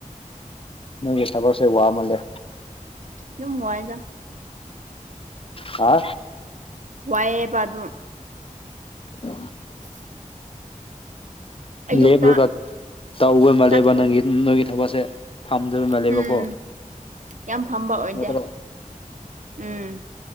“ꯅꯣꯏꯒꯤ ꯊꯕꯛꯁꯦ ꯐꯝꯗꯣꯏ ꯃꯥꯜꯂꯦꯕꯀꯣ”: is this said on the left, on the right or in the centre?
Left